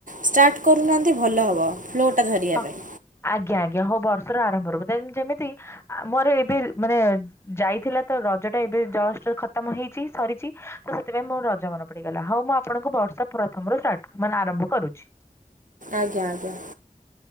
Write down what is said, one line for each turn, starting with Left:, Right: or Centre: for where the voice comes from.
Right: ଷ୍ଟାର୍ଟ କରୁନାହାନ୍ତି ଭଲ ହେବ। ଫ୍ଲୋ ଟା ଧରିବା
Left: ହଁ
Right: ପାଇଁ।
Left: ଆଜ୍ଞା ଆଜ୍ଞା, ହଉ ବର୍ଷର ଆରମ୍ଭରୁ ଯେମିତି ମୋର ଏବେ ମାନେ ଯାଇଥିଲା ତ ରଜ ଟା ଏବେ। ଖତମ ହେଇଛି ସରିଛି ତ ସେଥିପାଇଁ ମୋର ରଜ ମନେ ପଡିଗଲା ହଉ ମୁଁ ଆପଣଙ୍କୁ ବର୍ଷ ପ୍ରଥମରୁ। ମାନେ ଆରମ୍ଭ କରୁଛି।
Right: ଆଜ୍ଞା, ଆଜ୍ଞା।